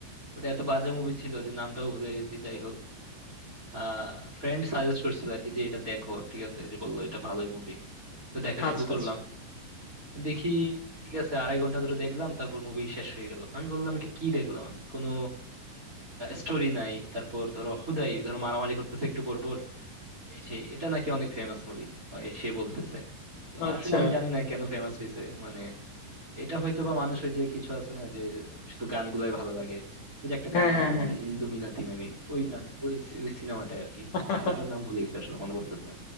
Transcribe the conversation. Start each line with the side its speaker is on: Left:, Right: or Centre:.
Right: ওটা এত বাজে মুভি ছিল যে নামটাও ভুলে গেছি যাই হোক আহ ফ্রেন্ড সাজেস্ট করছিল আর কি যে এটা দেখো ঠিক আছে যে বললো এটা ভালোই মুভি তো দেখা
Left: আচ্ছা
Right: শুরু করলাম
Left: আচ্ছা
Right: দেখি ঠিক আছে আড়াই ঘন্টা ধরে দেখলাম তারপর মুভি শেষ হয়ে গেল আমি বললাম এটা কি দেখলাম আমি কোনো স্টোরি নাই তারপর ধরো হুদাই ধরো মারামারি করতেছে একটু পর পর এই সেই এটা নাকি অনেক ফেমাস মুভি সে বলতেছে তো
Left: আচ্ছা
Right: আসলে আমি জানি না কেন ফেমাস হয়েছে মানে এটা হয়তো বা মানুষ ওই যে কিছু আছে না যে শুধু গানগুলাই ভালো লাগে ওই যে একটা
Left: হ্যাঁ
Right: গান আছে
Left: হ্যাঁ
Right: তোমার
Left: হ্যাঁ
Right: ইল্লুমিনাতি মেবি ওই গান ওই ওই সিনেমাটাই আর কি
Left: <laughs>
Right: সিনেমাটার নাম ভুলে গেছে আসলে মনে পড়তেছে না